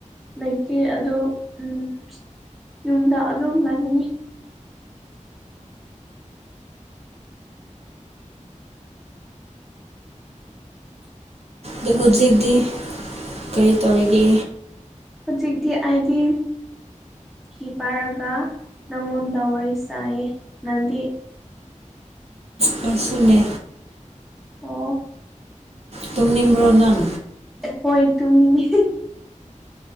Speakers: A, in the centre; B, on the right.
A: ꯂꯩꯇꯦ ꯑꯗꯣ ꯎꯝ ꯌꯨꯝꯗ ꯑꯗꯨꯝ ꯂꯩꯒꯅꯤ
B: ꯑꯗꯣ ꯍꯧꯖꯤꯛꯇꯤ ꯀꯔꯤ ꯇꯧꯔꯤꯒꯦ
A: ꯍꯧꯖꯤꯛꯇꯤ ꯑꯥꯏꯗꯤ ꯐꯤ ꯄꯥꯏꯔꯒ ꯅꯪꯉꯣꯟꯗ ꯋꯥꯔꯤ ꯁꯥꯏꯌꯦ ꯅꯪꯗꯤ
B: ꯅꯪꯁꯨꯅꯦ
A: ꯑꯣ
B: ꯇꯨꯝꯅꯤꯡꯕ꯭ꯔꯣ ꯅꯪ
A: ꯍꯣꯏ ꯇꯨꯝꯅꯤꯡꯉꯦ